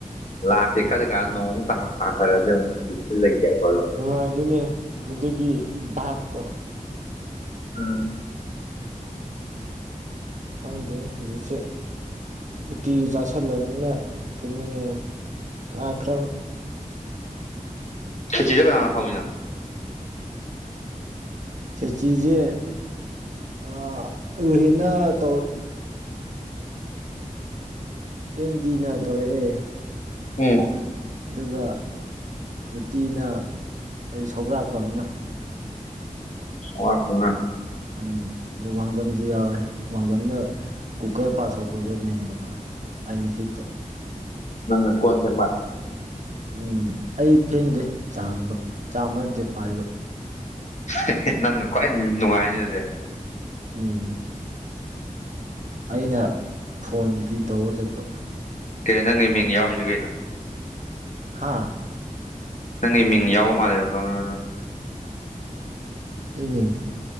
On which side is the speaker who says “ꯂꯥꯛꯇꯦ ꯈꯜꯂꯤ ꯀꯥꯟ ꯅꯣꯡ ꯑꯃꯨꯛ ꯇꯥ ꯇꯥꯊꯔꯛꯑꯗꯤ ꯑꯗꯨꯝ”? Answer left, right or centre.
Left